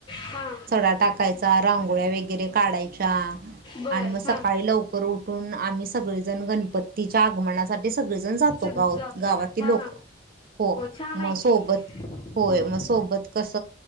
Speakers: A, on the left; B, on the right.
A: हा
B: चडा टाकायचा रांगोळ्या वगैरे काढायच्या
A: बर
B: आणि मग सकाळी
A: हा
B: लवकर उठून आम्ही सगळेजण गणपती तिच्या आगमनासाठी सगळेजण जातो
A: सगळं
B: गाव
A: जातोय
B: गावातील
A: हा
B: लोक
A: हा
B: हो
A: छान
B: म
A: आहे
B: सोबत
A: की हम्म
B: होय मग सोबत कस